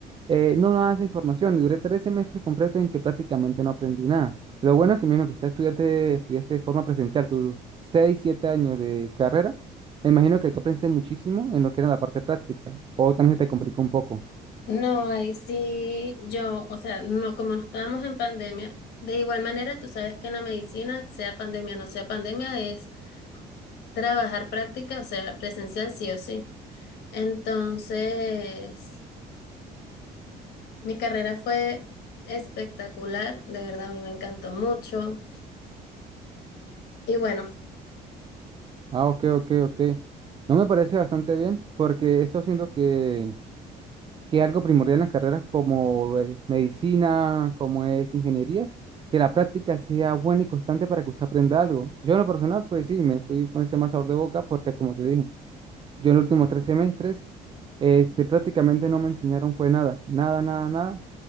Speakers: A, on the right; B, on the left.
A: eh, no daban esa información. y Duré tres semestres completos en que prácticamente no aprendí nada. Lo bueno es que, me imagino que usted estudiaste, estudiaste de forma presencial, tus seis, siete años de carrera. Me imagino que tú aprendiste muchísimo en lo que era la parte práctica. O también se te complicó un poco.
B: No, ahí sí, yo, o sea, no, como no estábamos en pandemia, de igual manera, tú sabes que en la medicina, sea pandemia o no sea pandemia, es trabajar práctica, o sea, presencial sí o sí. Entonces, mi carrera fue espectacular, de verdad, a mí me encantó mucho. Y bueno,
A: Ah, ok, ok, ok. No me parece bastante bien, porque eso siento que que es algo primordial en las carreras como eh, medicina, como es ingenierías, que la práctica sea buena y constante para que usted aprenda algo. Yo en lo personal, pues sí, me fui con ese mal sabor de boca porque, como te dije, yo en los últimos tres semestres, este, prácticamente no me enseñaron fue nada, nada, nada, nada.